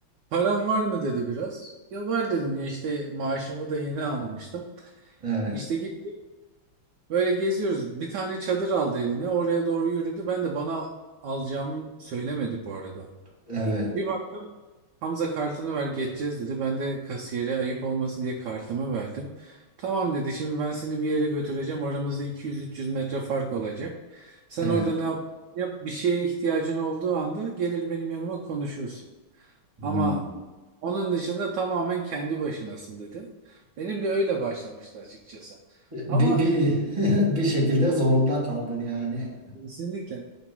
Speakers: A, on the right (about 65°); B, on the right (about 15°).
A: Param var mı dedi biraz. Ya var dedim ya işte maaşımı da yeni almıştım.
B: Evet.
A: İşte gittik böyle geziyoruz. Bir tane çadır aldı eline oraya doğru yürüdü. Ben de bana alacağımı söylemedi bu arada.
B: Evet.
A: Bir baktım Hamza kartını ver geçeceğiz dedi. Ben de kasiyere ayıp olmasın diye kartımı verdim. Tamam dedi şimdi ben seni bir yere götüreceğim. Aramızda 200-300 metre fark olacak. Sen
B: Evet.
A: orada ne yap, yap bir şeye ihtiyacın olduğu anda gelir benim yanıma konuşursun.
B: Hmm.
A: Ama onun dışında tamamen kendi başınasın dedi. Benim de öyle başlamıştı açıkçası.
B: Bir,
A: Ama
B: bir, <laughs> bir şekilde zorunda kaldın yani.
A: kesinlikle